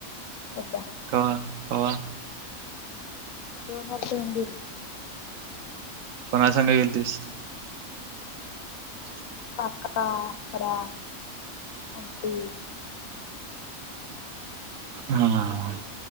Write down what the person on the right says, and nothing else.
कवा कवा.
कोना संग गेलतीस? <inaudible>
हम्म